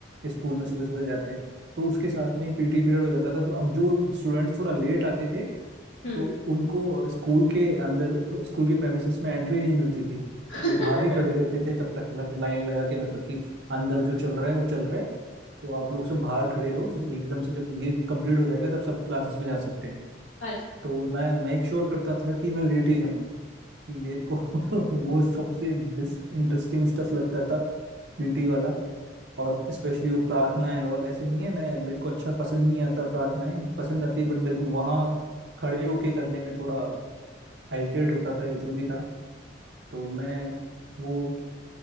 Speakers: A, on the right (about 60°); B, on the left (about 75°).
A: स्कूल में सुबह सुबह जाते हैं तो उसके साथ में पीटी पीरियड हो जाता था तो अब जो स्टूडेंट्स थोड़ा लेट आते थे
B: हम्म
A: तो उनको स्कूल के अंदर स्कूल के प्रेमिसेस में एंट्री नहीं मिलती थी
B: <laughs>
A: वो बाहर ही खड़े रहते थे तब तक मतलब लाइन लगा के मतलब कि अंदर जो चल रहा है वो चल रहा है तो आप लोग सब बाहर खड़े रहो फिर एकदम से जब ये कंप्लीट हो जाएगा तब सब क्लासेस में जा सकते हैं
B: अच्छा
A: तो मैं मेक श्योर करता था कि मैं लेट ही जाऊं कि मेरे को <laughs> वो सबसे डिस इंटरेस्टिंग स्टफ लगता था पीटी वाला और स्पेशली वो प्रार्थना एंड ऑल ऐसे नहीं है मैं मेरे को अच्छा पसंद नहीं आता प्रार्थनाएं पसंद आती है बट मेरे को वहाँ खड़े होके करने में थोड़ा हेजिटेट होता था या जो भी था तो मैं वो